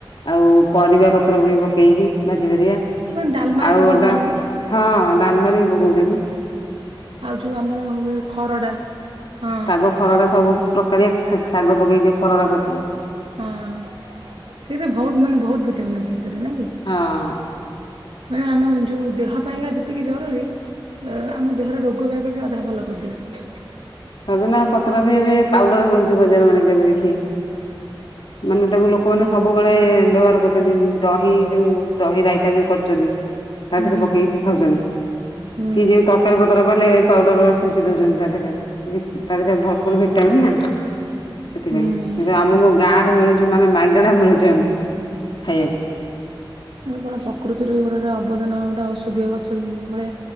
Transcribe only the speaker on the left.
ଆଉ ପରିବା ପତ୍ର ବି ପକେଇକି ଭାଜି ପାରିବେ
ଆଉ
ଗୋଟା
ହଁ ଡାଲମାରେ ବି ପକେଉଚନ୍ତି।
ପାଗ ଖରଡ଼ା ସବୁ ପ୍ରକାରିଆ ଖା ଶାଗ ପକେଇ ଯଉ ଖରଡ଼ା କରୁଚନ୍ତି।
ହଁ।
ସଜନା ପତ୍ର ବି ଏବେ ପାଉଡ଼ର ମିଳୁଛି ବଜାର ମାନଙ୍କରେ ଦେଖି। ମାନେ ତାକୁ ଲୋକମାନେ ସବୁବେଳେ ବ୍ୟବହାର କରୁଚନ୍ତି। ଦହି ଯୋଉ ଦହି ରାଇତା ଯୋଉ କରୁଚନ୍ତି ତା
ଦେହରେ
ପକେଇକି
ସେ ଖାଉଚନ
କି ଯେଏ ତକ୍। ତରକାରୀ ପତ୍ର କଲେ ପାଉଡ଼ର୍ ସିଯେଇ ଦଉଛନ୍ତି ତାହାଦେହରେ ବିକ୍ ତା ଦେହରେ ଭରପୂର ଭିଟାମିନ ନା? ସେଥିପାଇଁ
କିନ୍ତୁ ଆମକୁ ଗାଁରେ ମିଳୁଚି, ମାନେ ମାଗଣା ମିଳୁଚି ଆମକୁ ଖାଇବାକୁ।